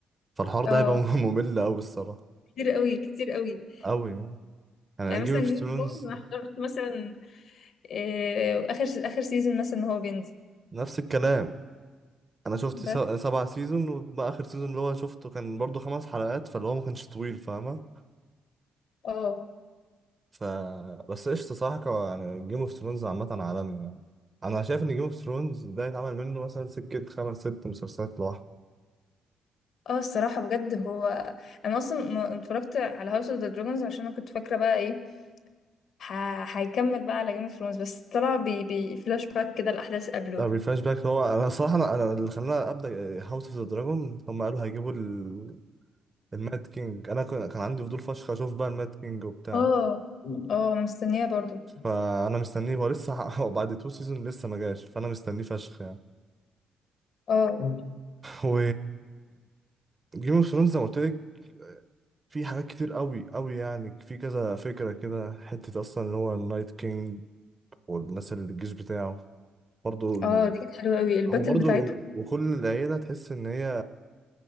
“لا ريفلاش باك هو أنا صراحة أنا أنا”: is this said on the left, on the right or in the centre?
Right